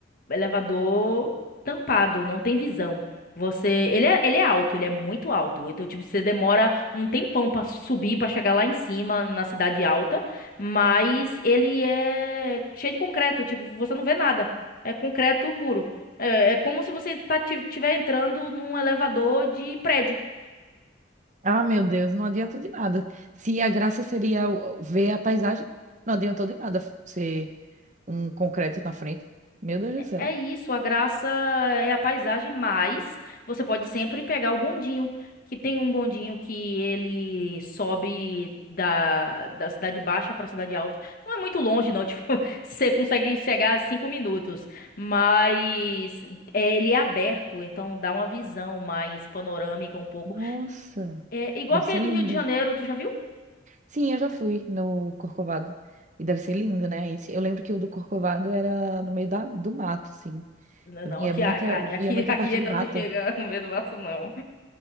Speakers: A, on the left; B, on the right.
A: elevador tampado, não tem visão. Você, ele é, ele é alto, ele é muito alto. Então, tipo, você demora um tempão pra subir, pra chegar lá em cima, na cidade alta, mas ele é cheio de concreto, tipo, você não vê nada. É concreto puro. É, é como se você tá, ti- tiver entrando num elevador de prédio.
B: Ah, meu Deus, não adianta de nada. Se a graça seria o- o ver a paisagem, não adiantou de nada ser um concreto na frente. Meu Deus do céu.
A: É isso, a graça é a paisagem, mas você pode sempre pegar o bondinho, que tem um bondinho que ele sobe da, da cidade baixa para a cidade alta. Não é muito longe, não, <laughs> tipo, você consegue chegar a cinco minutos, mas é, ele é aberto, então dá uma visão mais panorâmica um pouco.
B: Nossa,
A: É igual
B: deve
A: aquele
B: ser
A: do
B: lindo.
A: Rio de Janeiro, tu já viu?
B: Sim, eu já fui no Corcovado. E deve ser lindo, né? Esse, eu lembro que o do Corcovado era no meio da, do mato, sim. Via
A: Não, aqui,
B: muita,
A: aqui,
B: via
A: aqui,
B: muita
A: aqui
B: parte de
A: ainda
B: mata.
A: não chega <laughs> no meio do mato, não.